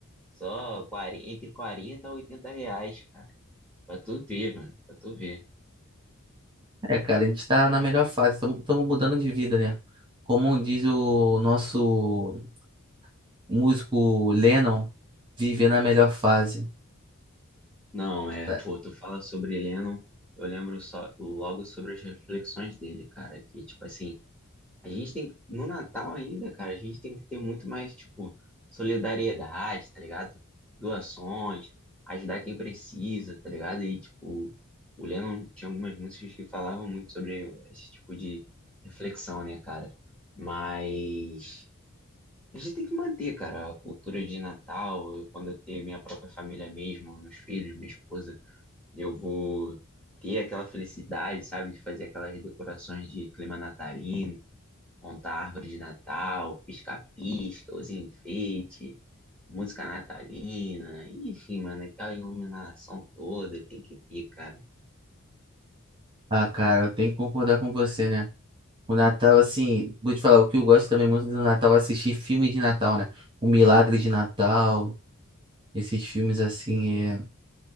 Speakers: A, in the centre; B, on the right.
A: Só 40, entre 40 e 80 reais, cara. Pra tu ver, mano, pra tu ver.
B: É, cara, a gente tá na melhor fase, estamos mudando de vida, né? Como diz o nosso músico Lennon, viver na melhor fase.
A: Não, é,
B: É.
A: pô, tu fala sobre Lennon, eu lembro só, logo sobre as reflexões dele, cara, que, tipo assim. A gente tem, no Natal ainda, cara, a gente tem que ter muito mais, tipo, solidariedade, tá ligado? Doações, ajudar quem precisa, tá ligado? E, tipo, o Lennon tinha algumas músicas que falavam muito sobre esse tipo de reflexão, né, cara? Mas a gente tem que manter, cara, a cultura de Natal. Eu, quando eu ter minha própria família mesmo, meus filhos, minha esposa, eu vou ter aquela felicidade, sabe, de fazer aquelas decorações de clima natalino montar a árvore de Natal, pisca-pisca, os enfeites, música natalina, enfim, mano, aquela iluminação toda, tem que ter, cara.
B: Ah, cara, eu tenho que concordar com você, né? O Natal, assim, vou te falar, o que eu gosto também muito do Natal é assistir filme de Natal, né? O Milagre de Natal, esses filmes assim, é,